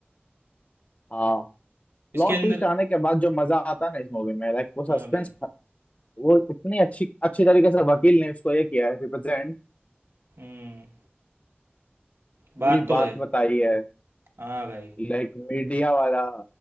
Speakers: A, on the left (about 30°); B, on the right (about 75°).
A: हाँ प्लॉट
B: इसके अंदर
A: ट्विस्ट आने के बाद जो मजा आता है ना इस मूवी में लाइक वो सस्पेंस
B: हाँ भाई
A: वो इतनी अच्छी अच्छी तरीके से वकील ने उसको ये किया है रिप्रेजेंट
B: हम्म बात
A: पूरी
B: तो
A: बात
B: है
A: बताई है
B: हाँ भाई
A: लाइक मीडिया वाला